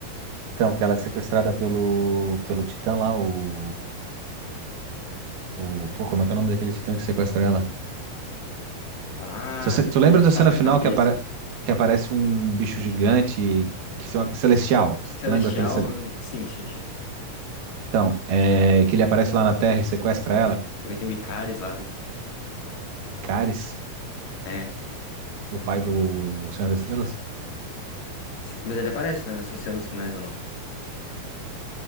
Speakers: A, on the right (about 85°); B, on the left (about 65°).
A: Então, que ela é sequestrada pelo, pelo Titã lá, o, o. Pô, como é que é o nome daquele Titã que sequestra ela?
B: Mas,
A: Se você- Tu lembra
B: forçar
A: da cena
B: minha
A: final
B: cabeça.
A: que, apare, que aparece um bicho gigante que se celestial?
B: Celestial,
A: Tu lembra aquele. cele-
B: sim, sim, sim.
A: Então, é, que ele aparece lá na Terra e sequestra ela?
B: Também tem o Icaris lá, né?
A: Icaris,
B: É.
A: o pai do Senhor das Estrelas?
B: Se- Mas ele aparece, né, nessas cenas finais ou não?